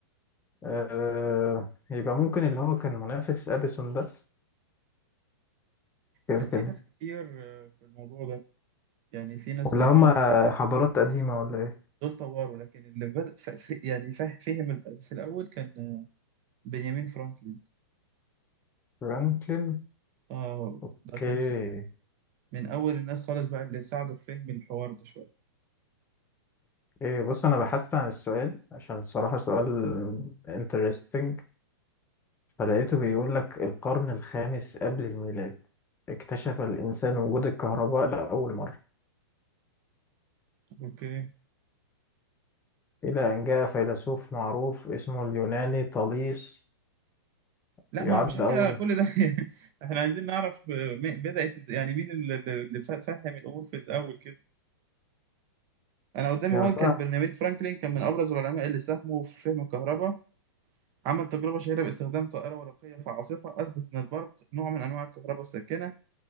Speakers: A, on the left; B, on the right.
A: آه يبقى ممكن اللي هو كان منافس اديسون ده كده
B: كان
A: كده
B: في ناس كتير آه، في الموضوع ده يعني في ناس
A: ولا
B: تعتبر
A: هما حضارات قديمة ولا ايه
B: دول طوروا لكن اللي بدأ ف... ف- يعني فه- فهم ال- في الاول كان آه، بنيامين فرانكلين
A: فرانكلين
B: اه
A: اوكي
B: ده كان في... من اول الناس خالص بقى اللي ساعدوا في فهم الحوار ده شويه
A: ايه بص انا بحثت عن السؤال عشان الصراحة سؤال interesting فلقيته بيقول لك القرن الخامس قبل الميلاد اكتشف الإنسان وجود الكهرباء لأول مرة
B: اوكي
A: إلى أن جاء فيلسوف معروف اسمه اليوناني طاليس
B: لا
A: يعد
B: ما مش احنا
A: أول
B: كل ده <laughs> احنا عايزين نعرف آه، م- بدأت ازاي يعني مين اللي اللي فا- فهم الامور في الاول كده انا قدامي
A: ده
B: هو
A: انا صح
B: كان بنيامين فرانكلين كان من ابرز العلماء اللي ساهموا في فهم الكهرباء عمل تجربة شهيرة باستخدام طائرة ورقية في عاصفة أثبت إن البرق نوع من أنواع الكهرباء الساكنة